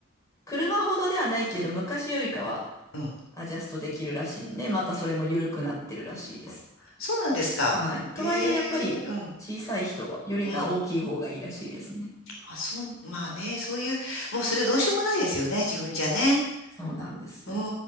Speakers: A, on the left (about 15°); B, on the left (about 75°).
A: 車ほどではないけど、昔よりかは
B: うん。
A: アジャストできるらしいんで、またそれも緩くなってるらしいです。
B: そうなんですか。
A: はい。とはいえ、
B: ええ、
A: やっぱり小さい人はよりか大きい方がいいらしいですね。
B: うん、うん。あ、そう、まあね、そういう、もうそれどうしようもないですよね、自分じゃね。
A: そうなんです。
B: う